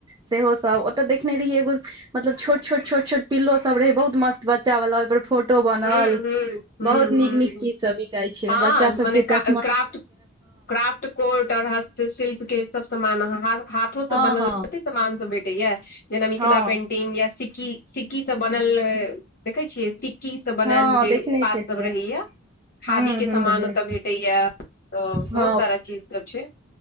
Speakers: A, on the right; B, on the left.
A: सेहो सब ओतऽ देखने रहियै एगो मतलब छोट छोट छोट छोट पिल्लो सब रहै छै बहुत मस्त बच्चा वाला ओहि पर फोटो टो बनल
B: हूँ हूँ हूँ
A: बहुत निक नीक
B: हूँ
A: चीज सब बिकायई छै
B: हँ
A: बच्चा सब
B: मने
A: क च
B: का क्राफ्ट क्राफ्ट कोर्ट और हस्तशिल्प के सब समान आ हा हाथो सब
A: हँ
B: बनल
A: हँ
B: कते सामान सब भेटैया जेना मिथिला
A: हँ
B: पेंटि टिंग या सिक्की सिक्की से बनल देखे छियै सिक् <unintelligible> की सब बनायल
A: हँ
B: जे
A: देखने
B: उत्पाद
A: छलियै
B: सब रहैया खादी
A: हूँ
B: के सामान
A: हूँ हूँ
B: ओतय भेंटैया तऽ बहुत
A: हँ
B: सारा चीज सब छै